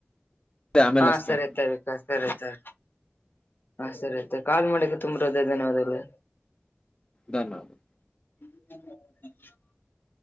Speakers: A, on the left; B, on the left.
A: ಆಮೇಲೆ
B: ಹಾ
A: ಅಸ್ತೇನೆ
B: ಸರಿ ತರಿಕ್ಕ ಸರಿ ತರಿ ಹಾ ಸರಿ ಆಯ್ತೆ ಕಾಲ್ ಮಾಡಕ್ಕೆ ತುಂಬ್ರ ಅದೇ ಧನ್ಯವಾದಲ್ಲ
A: ಧನ್ಯವಾದ
B: <inaudible>